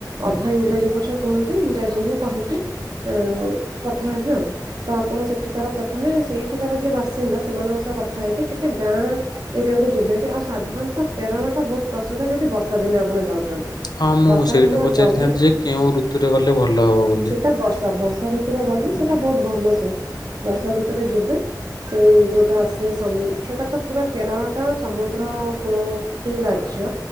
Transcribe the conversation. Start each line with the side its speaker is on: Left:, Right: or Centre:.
Right: ଅଧା ଇଂରାଜୀ ପଛେ କିହନ୍ତି ଇଂରାଜୀ ହିଁ କହିକି ଉଁ କଥା ହେବେ ଆଉ। ତ ଆପଣ ସେଠିକାର ପ୍ରଥମେ ସେଇଠିକାର ଯିଏ ବାସିନ୍ଦା ସେମାନଙ୍କ ସହ କଥା ହେଇକି ଟିକେ ଗାଁ ଏରିଆକୁ ଯିବେ ହାରି ଆଉ ସାଧାରଣତଃ କେରଳ ଟା ବହୁତ୍ ପ୍ରସିଦ୍ଧ ଯଦି ବର୍ଷା ଦିନେ ଆପଣ ଯାଉଛନ୍ତି।
Left: ହଁ ମୁଁ
Right: ବର୍ଷା
Left: ସେଇଟା
Right: ଦିନେ
Left: ପଚାରିଥାନ୍ତି
Right: ଗଲେ
Left: ଯେ କେଉଁ ଋତୁରେ ଗଲେ ଭଲ ହବ ବୋଲି?
Right: ସେଇଟା ବର୍ଷା ଋତୁରେ ଗଲେ ସେଇଟା ବହୁତ ଭଲ ସେ ବର୍ଷା ଋତୁରେ ଯିବେ ସେଇ ଯେଉ ଟା ଆସେ ସମୁ ସେଟାତ ପୁରା କେରଳଟା ସମୁଦ୍ର କୂଳବର୍ତ୍ତୀ ରାଜ୍ୟ।